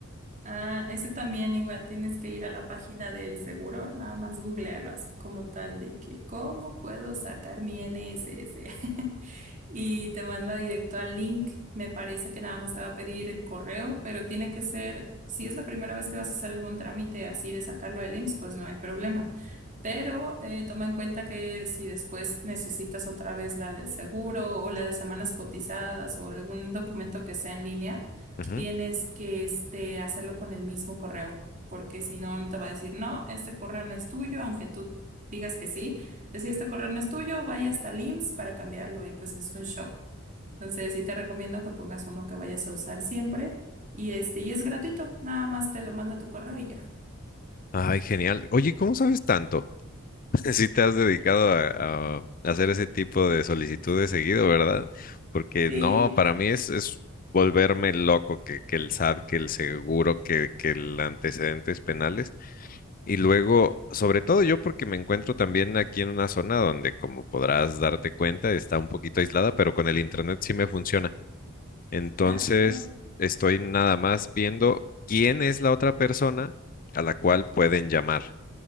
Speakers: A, on the right; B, on the left.
A: Ah, ese también igual tienes que ir a la página del seguro, nada más googlealo así como tal de que cómo puedo sacar mi NSS <laughs> y te manda directo al link. Me parece que nada más te va a pedir el correo, pero tiene que ser, si es la primera vez que vas a hacer algún trámite así de sacarlo del IMSS, pues no hay problema. Pero eh, toma en cuenta que si después necesitas otra vez la del seguro o la de semanas cotizadas o algún documento que sea en línea,
B: Ujú.
A: tienes que este, hacerlo con el mismo correo, porque si no, no te va a decir, no, este correo no es tuyo, aunque tú digas que sí. Decir, este correo no es tuyo, vaya hasta el IMSS para cambiarlo y pues es un shock. Entonces, sí te recomiendo que pongas uno que vayas a usar siempre y este, y es gratuito, nada más te lo manda tu correo y ya.
B: Ay, genial. Oye, ¿cómo sabes tanto? <laughs> Si te has dedicado a, a hacer ese tipo de solicitudes seguido, ¿verdad? Porque
A: Sí.
B: no, para mí es, es volverme loco que, que el SAT, que el seguro, que, que el antecedentes penales. Y luego, sobre todo yo porque me encuentro también aquí en una zona donde, como podrás darte cuenta, está un poquito aislada, pero con el internet sí me funciona. Entonces,
A: Ah, qué padre.
B: estoy nada más viendo quién es la otra persona a la cual pueden llamar.